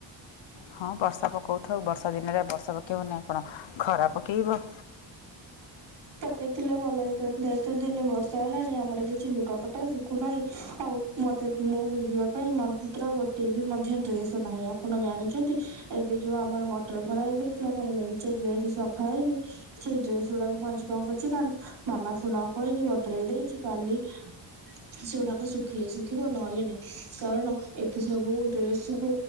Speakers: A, on the left; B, on the right.
A: ହଁ ବର୍ଷା ପକଉଥାଉ ବର୍ଷା ଦିନରେ ବର୍ଷା ପକେଇବନି ଆପଣ ଖରା ପକେଇବ?
B: ପକେଇଥିଲେ ଭଲ ହେଇଥାନ୍ତା ଏତେ ଦିନେ ବର୍ଷା ହେଲାଣି ଆମର କିଛି କିଛି ଲୁଗାପଟା ଶୁଖୁନାହିଁ ଆଉ ମତେ ମୁଁ ପିନ୍ଧିବା ପାଇଁ ମନ୍ତ୍ର ଗୋଟେ ବି ମଧ୍ୟ ଡ୍ରେସ ନାହିଁ ଆପଣ ଜାଣିଛନ୍ତି? ଏବେ ଯୋଉ ଆମର ମଟର ଖରାପ ହେଇଥିଲା ମୋର ମେଞ୍ଚେ ଡ୍ରେସ ସଫା ହେଇନି। ସେଇ ଡ୍ରେସ ଗୁଡାକୁ ମୁଁ ଆଜି କଣ କରିଚି ନା ମାମାକୁ ନ କହିକି ବତୁରେଇ ଦେଇଛି କାଲି ସେଗୁଡାକ ଶୁଖିଲେ ଶୁଖିବ ନହେଲେ ନାଇଁ କାରଣ ଏତେ ସବୁ ଡ୍ରେସ କୁ